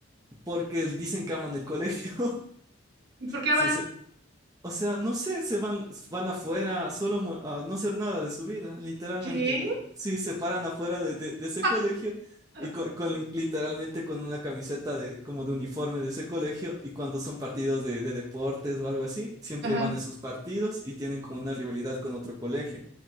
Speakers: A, on the right; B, on the right.
A: porque dicen que aman el colegio. <laughs>
B: ¿Y por qué
A: Se,
B: van?
A: O sea, no sé, se van, van afuera solo mo- a no hacer nada de su vida, literalmente.
B: ¿Qué?
A: Sí, se paran afuera de, de- de ese
B: Ah,
A: colegio
B: ah,
A: y co- con, literalmente con una camiseta de, como de uniforme de ese colegio y cuando son partidos de, de deportes o algo así, siempre
B: Ajá.
A: van a esos partidos y tienen como una rivalidad con otro colegio.